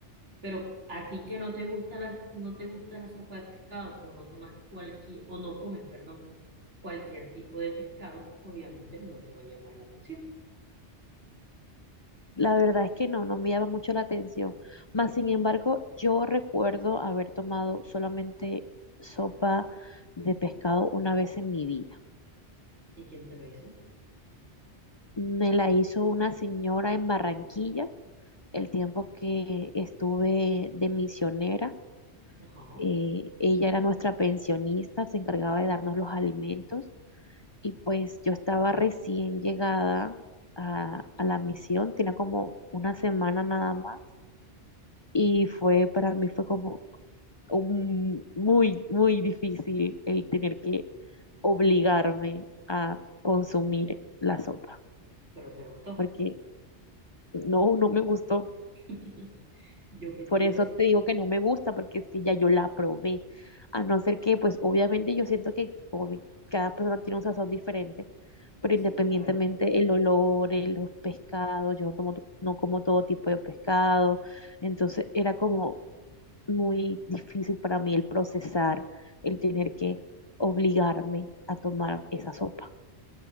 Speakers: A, on the right; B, on the left.
A: Pero a ti que no te gusta la, no te gusta la sopa de pescado o no tomas cualquier, o no comes, perdón, cualquier tipo de pescado, obviamente no te va a llamar la atención.
B: La verdad es que no, no me llama mucho la atención. Más sin embargo, yo recuerdo haber tomado solamente sopa de pescado una vez en mi vida.
A: ¿Y quién te lo hizo?
B: Me la hizo una señora en Barranquilla el tiempo que estuve de misionera.
A: Ajá,
B: Eh, ella era nuestra pensionista, se encargaba de darnos los alimentos y pues yo estaba recién llegada a, a la misión, tenía como una semana nada más y fue para mí fue como un- muy, muy difícil el tener que obligarme a consumir la sopa,
A: pero te gustó.
B: porque no, no me gustó.
A: <laughs> Yo qué te
B: Por
A: iba
B: eso
A: a decir.
B: te digo que no me gusta, porque es que ya yo la probé. A no ser que, pues obviamente yo siento que obvi- cada persona tiene un sazón diferente, pero
A: Sí,
B: independientemente
A: claro,
B: el olor, el- los pescados, yo no tomo, no como todo tipo de pescado, entonces era como muy difícil para mí el procesar, el tener que obligarme a tomar esa sopa.